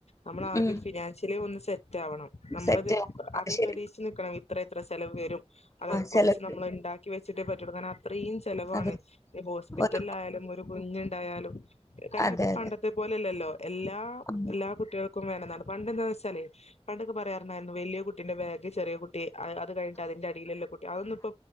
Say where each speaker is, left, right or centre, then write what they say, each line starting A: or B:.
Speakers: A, on the left; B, on the left.
A: നമ്മള് ആദ്യം
B: ഉം
A: ഫിനാൻഷ്യലി ഒന്ന് സെറ്റ് ആവണം നമ്മളത്
B: സെറ്റ് അത്
A: അദ്യേ
B: ശരി.
A: പ്രതീ ച്ച് നിക്കണം ഇത്ര ഇത്ര ചെലവ് വരും അത്
B: ആഹ്
A: കൊറച്ച്
B: ചെലർക്ക്
A: നമ്മള് ഇണ്ടാക്കി വെച്ചിട്ടെ പറ്റോള്ളു കാരണം ആ ആത്രയും ചെലവാണ്
B: അതെ.
A: ഇനി ഹോസ്പിറ്റൽ
B: ഓരോ
A: ആയാലും ഒരു കുഞ്ഞുണ്ടായാലും കാരണം
B: അതെ,
A: ഇപ്പൊ
B: അതെ.
A: പണ്ടത് ത്തെപോലെയല്ലല്ലോ എല്ലാം
B: ഉം.
A: എല്ലാ കുട്ടികൾക്ക് ക്കും വേണന്നാണ് പണ്ട് എന്താന്ന് വെച്ചാല് പണ്ടൊക്കെ പറയാറുണ്ടായിരുന്നു വലിയ കുട്ടിന്റെ ബാഗ് ചെറിയ കുട്ടി കുട്ടി അ അത് കഴിഞ്ഞിട്ട് അതിന്റെ അടിയില്ള്ള കുട്ടി അതൊന്നും ഇപ്പ